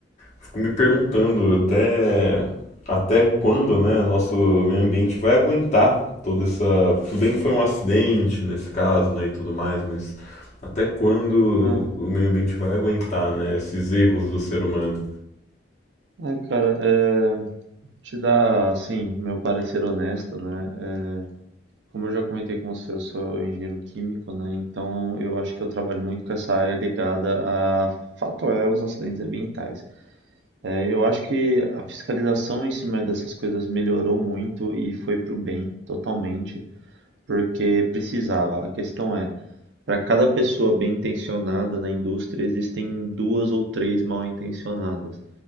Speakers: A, on the left; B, on the right.
A: Fico me perguntando até, até quando, né, nosso meio ambiente vai aguentar toda essa. Tudo bem que foi um acidente nesse caso, né, e tudo mais, mas até quando
B: Ah,
A: o meio ambiente vai aguentar, né, esses erros do ser humano?
B: Ai, cara, é, te dar, assim, meu parecer honesto, né? É, como eu já comentei com você, eu sou engenheiro químico, né? Então eu acho que eu trabalho muito com essa área ligada a fato é os acidentes ambientais. É, eu acho que a fiscalização em cima dessas coisas melhorou muito e foi pro bem, totalmente, porque precisava. A questão é Para cada pessoa bem-intencionada na indústria, existem duas ou três mal-intencionadas.